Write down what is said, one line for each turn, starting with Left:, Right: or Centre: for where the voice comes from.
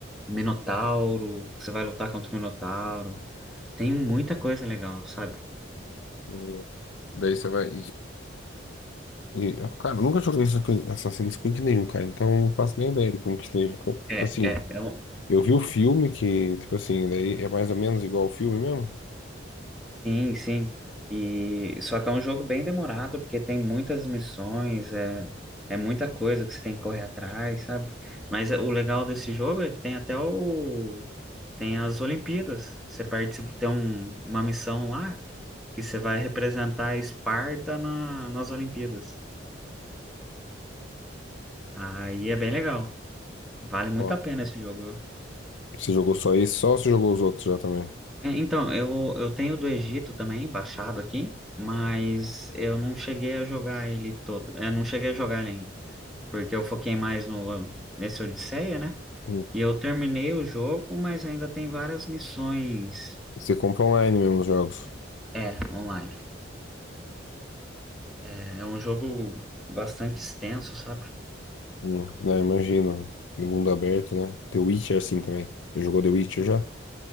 Centre: Minotauro. Você vai lutar contra o Minotauro. Tem muita coisa legal, sabe?
Left: Hum. Daí você vai. E, cara, eu nunca joguei Assassin- Assassin's Creed nenhum, cara, então eu não faço nem ideia de como que esteja. Tipo tipo
Centre: É,
Left: assim,
Centre: é, é um...
Left: eu vi o filme que, tipo assim, daí é mais ou menos igual o filme mesmo?
Centre: Sim, sim. E só que é um jogo bem demorado, porque tem muitas missões, é, é muita coisa que você tem que correr atrás, sabe? Mas é- o legal desse jogo é que tem até o tem as Olimpíadas. Você participa, tem um- uma missão lá que você vai representar a Esparta na, nas Olimpíadas. Aí é bem legal. Vale muito
Left: Ó,
Centre: a pena esse jogo.
Left: Você jogou só esse, só ou você jogou os outros já também?
Centre: É, Então, eu, eu tenho do Egito também, baixado aqui, mas eu não cheguei a jogar ele todo. Eu não cheguei a jogar ele ainda, porque eu foquei mais no, nesse Odisseia, né?
Left: Hum.
Centre: E eu terminei o jogo, mas ainda tem várias missões,
Left: Você compra online mesmo os jogos.
Centre: é, online. É é um jogo bastante extenso, sabe?
Left: Hum. Não, imagino. No mundo aberto, né? The Witcher assim também. Você jogou The Witcher já?